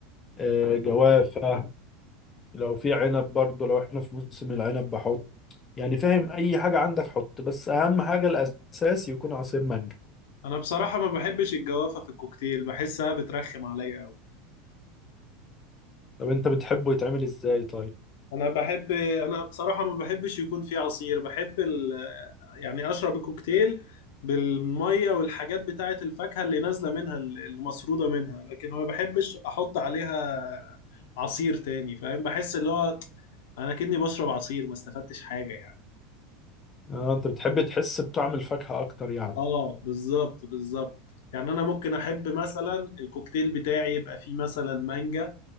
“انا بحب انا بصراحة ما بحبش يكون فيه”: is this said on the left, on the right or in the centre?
Left